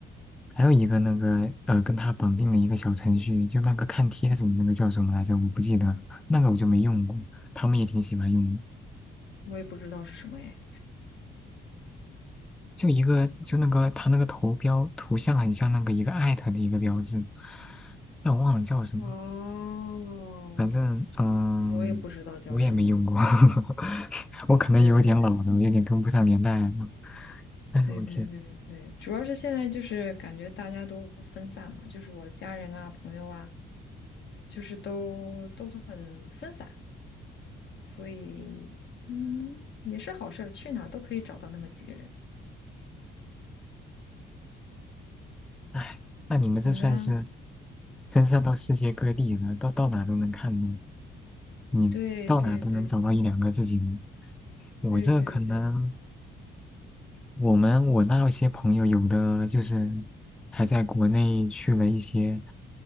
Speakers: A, in the centre; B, on the left.
A: 还有一个那个呃跟他绑定了一个小程序，就那个看帖子的那个叫什么来着？我不记得，那个我就没用过，他们也挺喜欢用的。
B: 我也不知道是什么哎。
A: 就一个就那个他那个头标图像很像那个一个艾特的一个标志，但我忘了叫什么，
B: 哦，
A: 反正嗯，
B: 我也不知道叫什么。
A: 我也没用过，<laughs> 我可能有点老了，
B: 对对对
A: 我有点跟不上年代了。<laughs> 哎呦我天，
B: 对对对对，主要是现在就是感觉大家都分散嘛，就是我家人啊、朋友啊，就是都都很分散。所以，嗯，也是好事儿，去哪儿都可以找到那么几个人。
A: 哎，那你们这算是
B: 你呢？
A: 分散到世界各地了，到到哪都能看呢？你到哪都能找到一两个自己呢？
B: 对对对对
A: 我这可能。
B: 对对对，
A: 我们我那些朋友有的就是还在国内去了一些，